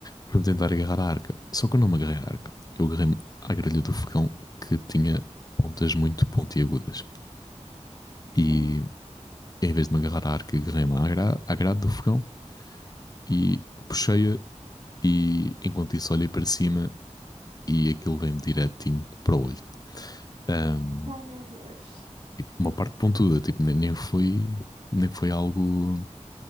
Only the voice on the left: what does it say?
para me tentar agarrar à arca. Só que eu não me agarrei à arca. Eu agarrei-me à grelha do fogão que tinha pontas muito pontiagudas. E
em vez de me agarrar à arca, agarrei-me à, gra à grade do fogão e puxei-a. E enquanto isso, olhei para cima e aquilo vem direitinho para o olho. Ahm,
tipo, uma parte pontuda, tipo, nem, nem foi, nem foi algo